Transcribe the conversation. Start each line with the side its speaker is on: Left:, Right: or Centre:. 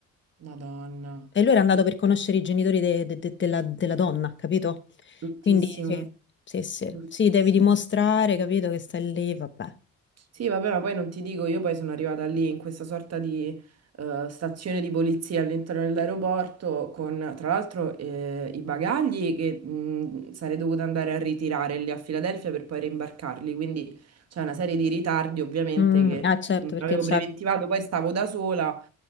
Right: Madonna,
Left: E lui era andato
Right: bru-
Left: per conoscere i genitori de- de- de- della, della donna, capito?
Right: bruttissimo,
Left: Quindi sì, sì, sì,
Right: bruttissimo.
Left: Sì, devi dimostrare, capito, che stai lì, vabbè.
Right: Sì, vabbè, ma poi non ti dico, io poi sono arrivata lì in questa sorta di eh, stazione di polizia all'interno dell'aeroporto con, tra l'altro, eh, i bagagli che mh, sarei dovuta andare a ritirare lì a Filadelfia per poi rimbarcarli, quindi c'è una serie di ritardi ovviamente
Left: Mm,
Right: che
Left: ah, certo,
Right: non
Left: perché
Right: avevo
Left: c'è...
Right: preventivato, poi stavo da sola,